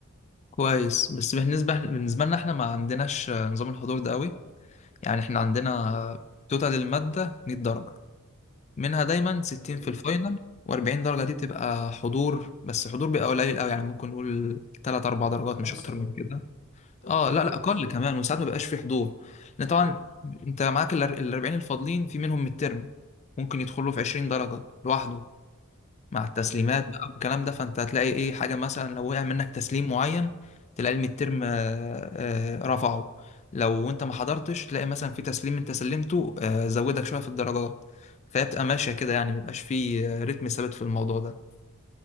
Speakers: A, on the left; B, on the left.
A: كويس بس بالنسبة بالنسبة لنا احنا ما عندناش آه، نظام الحضور ده قوي يعني احنا عندنا
B: مم.
A: توتال المادة 100 درجة منها دايما 60
B: تمام
A: في الفاينل و40 درجة دي بتبقى حضور بس حضور بيبقى قليل قوي يعني ممكن نقول 3 4 درجات
B: خمسة
A: مش اكتر
B: برضه
A: من كده
B: طب
A: اه
B: كويس
A: لا لا اقل كمان وساعات ما بيبقاش في حضور لان طبعا انت معاك ال 40 الفاضلين في منهم من الترم ممكن يدخلوا في 20 درجة
B: مم.
A: لوحده مع التسليمات
B: تمام
A: بقى والكلام ده فانت هتلاقي ايه حاجه مثلا لو وقع منك تسليم معين تلاقي الميد ترم آه، آه، رفعه لو انت ما حضرتش تلاقي مثلا في تسليم انت سلمته آه، زودك شويه في الدرجات فهي بتبقى ماشيه كده يعني ميبقاش في آه، رتم ثابت في الموضوع ده